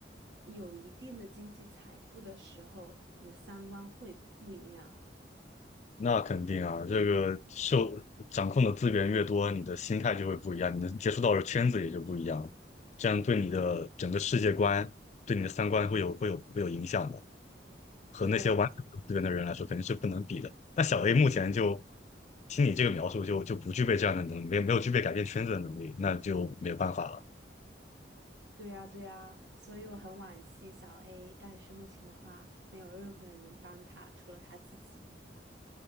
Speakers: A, on the right (about 80°); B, on the left (about 40°).
A: 有一定的经济财富的时候，你的三观会不一样。
B: 那肯定啊，这个受掌控的资源越多，你的心态就会不一样，你能接触到的圈子也就不一样，这样对你的整个世界观、对你的三观会有会有会有影响的。和那些完全没有资源的人来说，
A: 对，
B: 肯定是不能比的。那小 A 目前就听你这个描述就，就不具备这样的能力，没有没有具备改变圈子的能力，那就没有办法了。
A: 对呀，对呀，所以我很惋惜小 A，但是目前的话，没有任何人能帮他，除了他自己。